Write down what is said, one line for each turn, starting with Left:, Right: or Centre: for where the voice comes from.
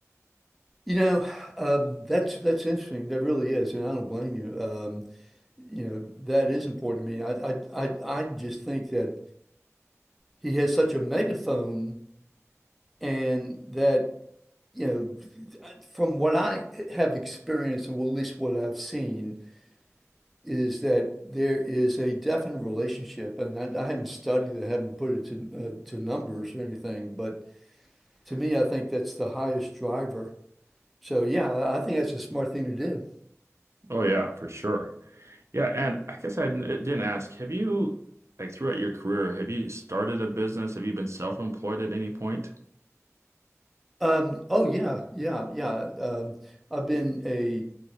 Centre: You know, um, that's that's interesting. That really is, and I don't blame you. Um, you know, that is important to me. I, I I I just think that he has such a megaphone, and that you know, from what I have experienced, and well, at least what I've seen, is that there is a definite relationship, and I, I haven't studied it, I haven't put it to uh, to numbers or anything, but to me, I think that's the highest driver. So yeah, I think that's a smart thing to do.
Right: Oh yeah, for sure. Yeah, and I guess I didn't didn't ask, have you, like throughout your career, have you started a business? Have you been self-employed at any point?
Centre: Um, oh yeah, yeah, yeah. Um, I've been a